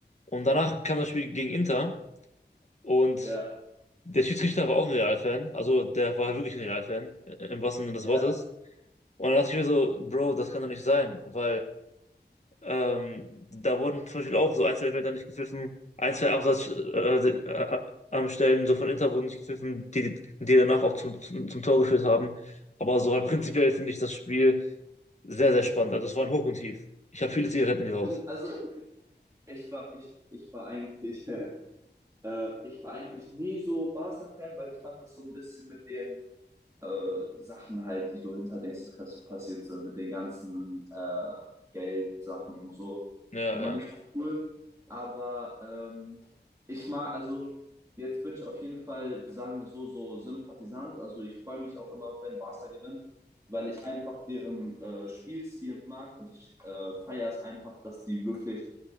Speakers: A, on the left; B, on the right.
A: Und danach kam das Spiel gegen Inter und
B: ja,
A: Der Schiedsrichter war auch ein Real-Fan, also der war halt wirklich ein Real-Fan, äh, im wahrsten Sinne des
B: ja.
A: Wortes. Und dann dachte ich mir so, Bro, das kann doch nicht sein, weil ähm, da wurden zum Beispiel auch so ein, zwei Elfmeter nicht gepfiffen, ein, zwei Absatz äh, äh, am Stellen so von Inter wurden nicht gepfiffen, die, die danach auch zum, zum, zum Tor geführt haben. Aber so halt prinzipiell finde ich das Spiel sehr, sehr spannend. Also es war ein Hoch und Tief. Ich habe viele
B: Ich
A: Zigaretten geraucht.
B: bin, also, ich war, ich, ich war eigentlich, <laughs> äh, ich war eigentlich nie so Barca-Fan, weil ich fand das so ein bisschen mit dem äh, Sachen halt, die so hinter Dingsdas passiert sind, mit den ganzen äh, Geldsachen und so.
A: Ja,
B: Immer
A: ja,
B: nicht so cool. Aber ähm, ich mag, also jetzt bin ich auf jeden Fall, sagen wir so, so Sympathisant. Also ich freue mich auch immer, wenn Barca gewinnt, weil ich einfach deren äh, Spielstil mag und ich äh, feiere es einfach, dass die wirklich,